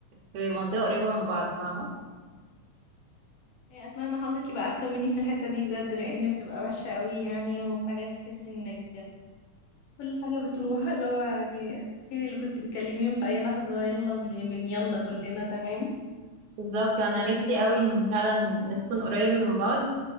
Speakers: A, on the right; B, on the left.
A: في منطقة قريبة من بعض فاهمة
B: يعني اتمنى حظك يبقى احسن مني في الحتة دي بجد لان بتبقى وحشة قوي يعني وفجأة بتحسي انك كل حاجة بتروح اللي هو يعني فين اللي كنت بتكلميهم في اي لحظة يلا من من يلا كلنا تمام
A: بالظبط
B: لكن
A: انا
B: دلوقتي
A: نفسي
B: بقى
A: قوي ان فعلا نسكن قريب من بعض